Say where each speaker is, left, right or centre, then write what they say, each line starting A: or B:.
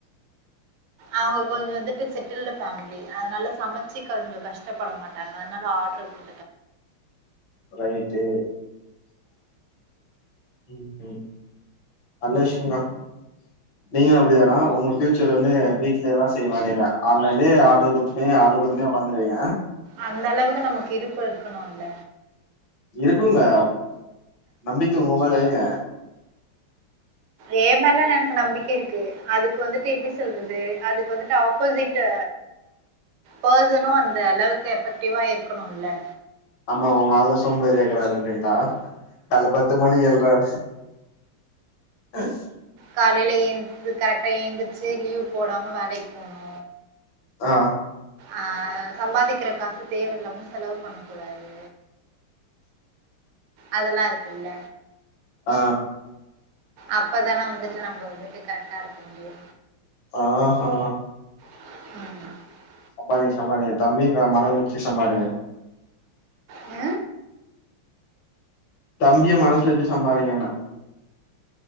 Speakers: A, on the right (about 85°); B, on the left (about 70°).
A: அவுங்க கொஞ்சோ வந்துட்டு செட்டில்டு ஃபேமிலி அதனால சமைச்சுக் கொஞ்சோ கஷ்ட டப்பட மாட்டாங்க அதனால ஆடரு குடுத்
B: ரைய்ட்டு ம் ம் நல்ல விஷ்யங்க்கா நீங்களு அப்டிதானா ஒங்க பியூச்சர் வந்து வீட்லயல்லா செய் மாட்டீங்க ஆன்லைன்லயே ஆட்ரு குட்த்துபிங்க ஆட்ரு கு தினோ வந்துருவீங்க
A: அந்தளவுக்கு நமக்கு இருப்பு இருக்கணுல்ல
B: இருக்குங்க நம்பிக்க ஒங்க மேல வைங்க
A: ஏ மேலலா எனக்கு நம்பிக்க இருக்கு அதுக்கு வந்துட்டு எப்டி சொல்ற து அதுக்கு வந்துட்டு ஆபோசிட்டு பர்சனு அந்தளவுக்கு எஃபெக்டிவா இருக்கணுல்ல
B: ஆமா ஒங்க ஆள் தா சோம்பேறியாருக்றான்றிங்ளா கால்ல பத்து மணிக்கு எழ்றாரு <unintelligible>
A: காலைல எந்து கரெக்டா எந்திர்ச்சு லீவ் போடாம வேலைக் போணு
B: ஆ
A: ஆ சம்பாதிக்கிற காசு தேவயில்லாம செலவு பண்ண கூடாது அதலாருக்குல்ல
B: ஆ
A: அப்பதான வந்துட்டு நம்ம வந்துட்டு கரெக்டாருக்க முடியு
B: ஆ ஹா
A: ம்
B: சம்பாதிங்க சம்பாதிங்க தம்பி க மனது வச்சு சம்பாதிங்க
A: அ
B: தம்பிய மனசுல வச்சு சம்பாரிங்கன்னே